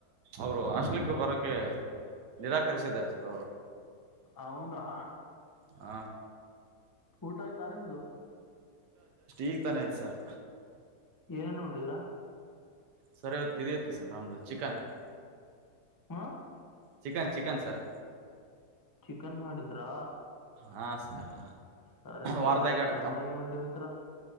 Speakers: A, on the right (about 85°); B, on the left (about 25°).
A: ಅವರು ಹಾಸ್ಟೆಲಿಗೆ ಬರಕ್ಕೆ ನಿರಾಕರಿಸಿದ್ದಾರೆ ಸರ್
B: ಹೌದಾ
A: ಹ
B: ಊಟ ಆಯ್ತಾ ನಿಮ್ದು
A: ಈಗ್ ತಾನೆ ಆಯ್ತು ಸರ್
B: ಏನ್ ಉಂಡಿರಾ
A: ಸರ್ ಇವತ್ತು ಇದು ಚಿಕನ್ ಇತ್ರೀ
B: ಹಾ
A: ಚಿಕನ್ ಚಿಕನ್ ಸರ್
B: ಚಿಕನ್ ಮಾಡಿದ್ರಾ
A: ಹಾ ಸರ್
B: ಸರೆ ಸರೆ
A: ವಾರದಾಗಡ
B: ಚೆನ್ನಾಗಿ ಉಂಡ್ ಇರುತ್ತೀರಾ